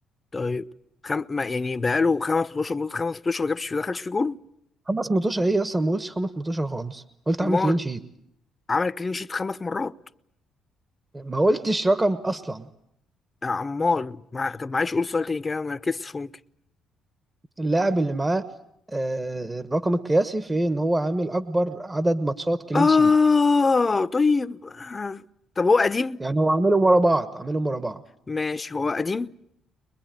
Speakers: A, on the left; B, on the right.
A: طيب خم... ما يعني بقاله خمس 16 مدة خمس 16 ما جابش ما دخلش في جول
B: خمس متوشة إيه أصلا ما قلتش خمس متوشة خالص قلت
A: امال
B: عامل كلين شيت
A: عمل كلين شيت خمس مرات
B: ما قلتش رقم أصلا
A: يا عمال مع... طب معلش قول سؤال تاني كده ما ركزتش ممكن
B: اللاعب اللي معاه آه، الرقم القياسي في إن هو عامل أكبر عدد ماتشات كلين
A: آه
B: شيت
A: طيب آه. طب هو قديم
B: يعني هو عاملهم ورا بعض عاملهم ورا بعض
A: ماشي هو قديم